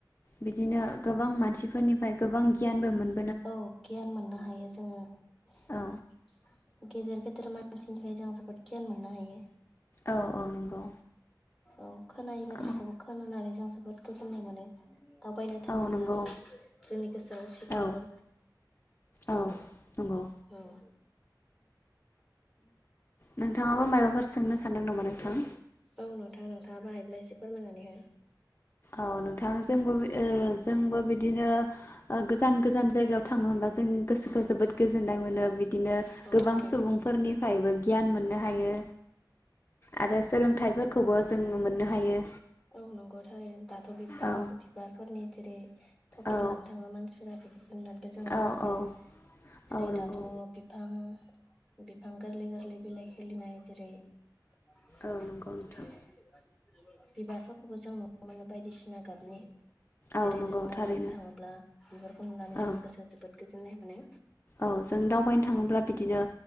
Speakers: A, on the left (about 30°); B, in the centre.
A: बिदिनो गोबां मानसिफोरनिफ्राय गोबां गियानबो मोनो।
B: औ गियान मोननो हायो जोङो-
A: औ
B: गेदेर गेदेर मानसिनिफ्राय जों जोबोद गियान मोननो हायो।
A: औ औ नंगौ।
B: औ खोनायै बाथ्राखौबो
A: औ
B: खोनानानै जों। जोबोद गोजोननाय मोनो। दावबायनो थाङोब्ला
A: औ नंगौ
B: जोंनि गोसोआव उसिथावो
A: औ औ नंगौ
B: औ। <inaudible>
A: नोंथाङाबो माबाफोर सोंनो सानदों नामा नोंथां
B: औ नोंथां नोंथाङाबो हायोब्ला एसे फोरमायनानै हो।
A: औ नोंथां जोंबोब ओ जोंबो बिदिनो ओ गोजान गोजान जायगायाव थांनो मोनब्ला जों गोसोखौ जोबोद गोजोननाय मोनो बिदिनो
B: हो औ
A: गोबां
B: थारैनो
A: सुबुंफोरनिफायबो गियान मोननो हायो। आरो सोलोंथाइफोरखौबो जों मोननो हायो
B: औ नंगौ थारैनो। दाथ' बिफां
A: औ
B: बिबारफोरनि जेरै फट'
A: औ
B: लानो थाङो मानसिफोरा बेफोरखौ नुनानैबो जों गोजोनो
A: औ औ
B: जेरै
A: औ नंगौ
B: दाथ' बिफां बिफां गोरलै गोरलै बिलाइ खिलिनाय जेरै <unintelligible>
A: औ नंगौ नोंथां
B: बिबारफोरखौबो जों नुनो मोनो बायदिसिना गाबनि।
A: औ
B: जेरै
A: नंगौ
B: जों दावबायनो
A: थारैनो
B: थाङोब्ला बेफोरखौ नुनानै
A: औ
B: जोंनि गोसोआ जोबोद गोजो ननाय मोनो।
A: औ जों दावबायनो थाङोब्ला बिदिनो